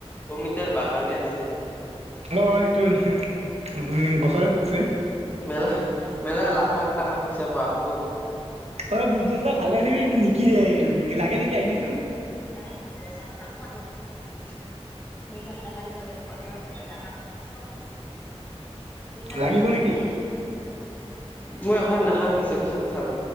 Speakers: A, on the left; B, on the right.
A: অমিতাৰ বাগানে আছে।
B: অ সেইটো উম গছৰে পকছে
A: মেলা মেলা লাখ লাখ টকা পইচা পোৱা হ'ব।
B: অ বিছনেজটো ভালে আছিল কিন্তু কি উম লাগে নেকি আহিবিচোন
A: তাতজাটা সাকাহ হ'ল কিবা <unintelligible> <unintelligible> নীলাখ কটা দিব লাগিব আৰু সেই পছে ডাঙৰ ক আ <unintelligible> <unintelligible>
B: লাগিব নেকি
A: মই এখন নাখাং কৈছো পিছত খাম